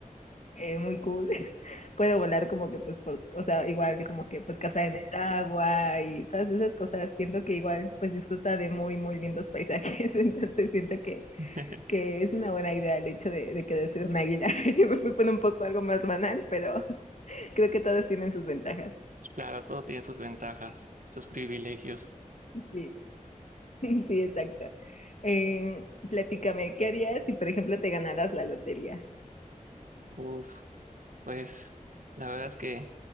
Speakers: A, on the left (about 60°); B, on the right (about 75°).
A: eh, muy cool. <laughs> Puedo volar como que pues, por- o sea, igual como que pues casa en el agua y todas esas cosas. Siento que igual pues disfruta de muy, muy lindos paisajes. <laughs> Entonces siento que,
B: <laughs>
A: que es una buena idea el hecho de, de querer ser un águila. <laughs> Yo me fui por un poco algo más banal, pero <laughs> creo que todas tienen sus ventajas.
B: Claro, todo tiene sus ventajas, sus privilegios.
A: Sí, <laughs> sí, exacto. Eh, platícame, ¿qué harías si por ejemplo te ganaras la lotería?
B: Uf, pues la verdad es que